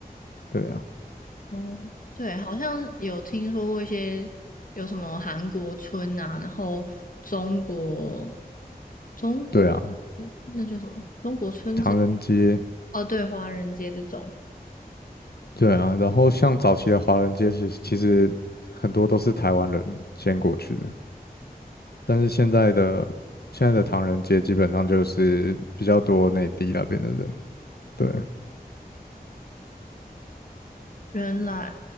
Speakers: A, on the left (about 80°); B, on the left (about 60°).
A: 对啊，
B: 哦，对，好像有听说过一些有什么韩国村啊，然后中国中国
A: 对啊，
B: 那叫什么中国村子
A: 唐人街，
B: 哦，对，华人街这种。
A: 对啊，然后像早期的华人街，其实其实很多都是台湾人先过去的，但是现在的现在的唐人街基本上就是比较多内地那边的人。对，
B: 原来，